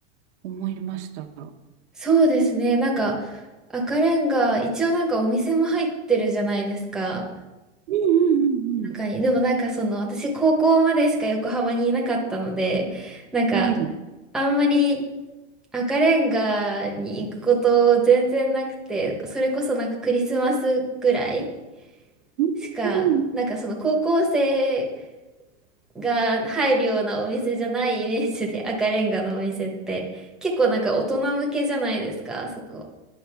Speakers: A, on the right; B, in the centre.
A: 思いました。う
B: そうですね。なんか、赤レンガ、一応なんかお店も入ってるじゃないですか。
A: んうんうんうん。
B: 中に。でもなんかその、私高校までしか横浜にいなかったので、なんか、
A: はい。
B: あんまり赤レンガに行くこと全然なくて、それこそなんかクリスマスぐらい
A: うんうんうん。
B: しか、なんかその高校生が入るようなお店じゃないイメージで赤レンガのお店って。結構なんか大人向けじゃないですか、あそこ。